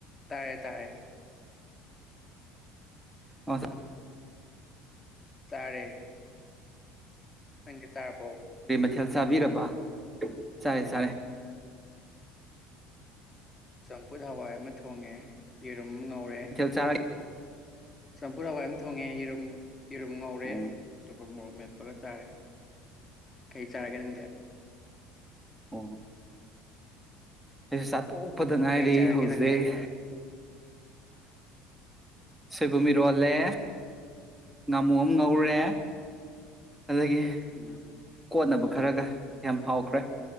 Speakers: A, on the left; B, in the centre.
A: ꯇꯥꯔꯦ ꯇꯥꯔꯦ
B: ꯑ
A: ꯆꯔꯦ <unintelligible> ꯆꯥꯔꯕꯣ
B: ꯊꯦꯜ ꯆꯥꯕꯤꯔꯕ ꯆꯔꯦ ꯆꯔꯦ
A: ꯆꯝꯐꯨꯠ ꯍꯋꯥꯏ ꯑꯃ ꯊꯣꯡꯉꯦ ꯌꯦꯔꯨꯝ ꯝ ꯉꯧꯔꯦ
B: ꯃꯊꯦꯜ ꯆꯥꯔ
A: ꯆꯝꯐꯨꯠ ꯍꯥꯋꯥꯏ ꯑꯃ ꯊꯣꯡꯉꯦ ꯌꯦꯔꯨꯝ ꯌꯦꯔꯨꯝ ꯉꯧꯔꯦ
B: ꯑꯣ
A: ꯑꯗꯨꯒ ꯃꯣꯔꯣꯛ ꯃꯦꯠꯄꯒ ꯆꯥꯔꯦ ꯀꯩ ꯆꯥꯔꯒꯦ ꯅꯪꯗꯤ
B: ꯑꯣ ꯑꯩꯁꯨ ꯆꯥꯇꯣꯛꯄꯗ ꯉꯥꯏꯔꯤ
A: ꯀꯩ ꯆꯥꯔꯒꯦ
B: ꯍꯧꯖꯤꯛ
A: ꯅꯪꯗꯤ
B: ꯁꯨꯏꯕꯨꯝ ꯏꯔꯣꯜꯂꯦ ꯉꯥꯃꯨ ꯑꯃ ꯉꯧꯔꯦ ꯑꯗꯒꯤ
A: ꯎꯝ
B: ꯀꯣꯠꯅꯕ ꯈꯔꯒ ꯌꯥꯝ ꯍꯥꯎꯈ꯭ꯔꯦ